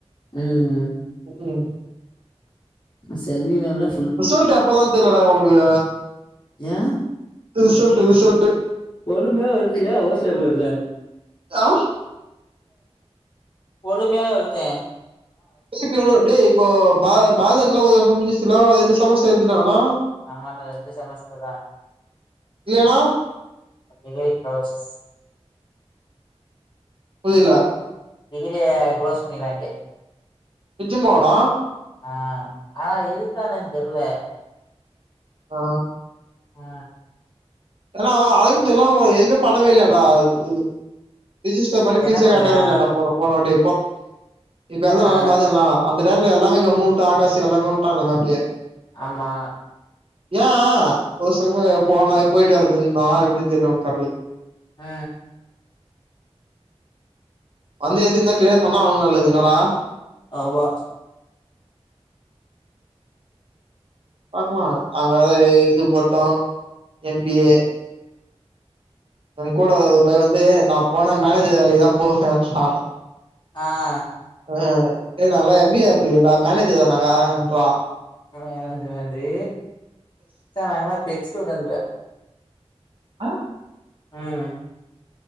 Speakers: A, on the left; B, on the right.
A: ம்
B: க்கும்
A: செல்வி மேம்லா
B: ரிசல்ட்டு எப்பதா தெர்லடா இவுங்களுக்கு
A: ஏயா
B: ரிசல்ட்டு ரிசல்ட்டு
A: பொறுமையா இருக்கு எயா அவசர பட்ற
B: ஆ
A: பொருமையாவே வரட்டோ
B: திலீப் எவனோ டேய் இப்போ பா பாய்தன்ல ஒரு வருஷோ முடிஞ்சில்ல இரண்டு சமஸ்டர் எழுதிட்டாங்ல
A: ஆமா டா ரெண்டு செமஸ்ட்டர்டா
B: இல்லையானா
A: டிகிரி குளோஸ்
B: புரில
A: டிகிரிய குளோஸ் பண்ணிறாங்கே
B: நிஜமாவா டா
A: ஆ ஆனா இருக்கா இன்னான் தெர்ல
B: ஆ
A: ஆ
B: ஏன்னா அரவிந்த் எல்லா எதுவுமே பண்ணவே இல்லையான்டா இது ரிஜிஸ்டர் பண்ணி
A: என்ன
B: பீஸே
A: பண்ணலையா
B: கட்டவே இல்லையான்டா போ போன போனவட்டி இப்ப எழுதுனவே
A: ஆ
B: எல்லா பாத்தோம்ல அந்த டைம்ல எல்லாமே கம்முனுவுட்டு ஆகாசு எல்லாமே உட்டாங்ளாமே அப்டியே
A: ஆமா
B: ஏயா ஒரு சம்மு போனா போயிட்டே எழுனுன்னா எப்டின்னு தெர்ல அவுனுக் கணக்கு
A: ஆ
B: வந்து எழுதிருந்தா கிளியர் பண்ணா அவுனுக்கு நல்லதுனாடா
A: ஆமா
B: பாக்லா அதனால இது போட்டோ எம் பி ஏ எங்கூட ஒரு பைய வந்து நா போனா மேனேஜர் வேலக்குதா போவேன்றா
A: அ
B: அ ஏ நாங்கல்லா எம் பி ஏ படிக்கிறோ டா மேனேஜர்டா நாங்க அப்டின்றா
A: மேனேஜ்மென்ட்டு ச்ச நாங்க எல்லா டெக்ஸ் ஸ்டூடண்டு
B: அ
A: ம்